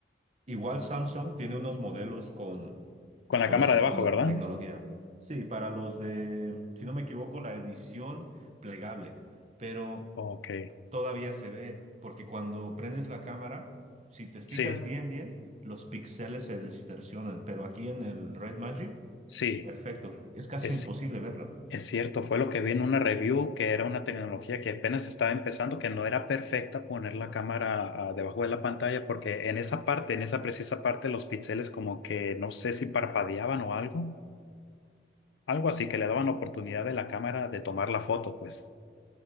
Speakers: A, on the right; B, on the left.
A: Igual Samsung tiene unos modelos con,
B: Con la
A: con
B: cámara
A: esa
B: debajo,
A: tecno-
B: ¿verdad?
A: tecnología. Sí, para los de, si no me equivoco, la edición plegable, pero
B: Ok,
A: todavía se ve, porque cuando prendes la cámara, si te fijas
B: sí,
A: bien, bien, los píxeles se distorsionan, pero aquí en el Red Magic,
B: sí.
A: perfecto, es casi
B: Es
A: imposible verla.
B: Es cierto, fue lo que vi en una review, que era una tecnología que apenas estaba empezando, que no era perfecta poner la cámara ah, debajo de la pantalla, porque en esa parte, en esa precisa parte, los píxeles como que no sé si parpadeaban o algo, algo así, que le daban oportunidad de la cámara de tomar la foto, pues.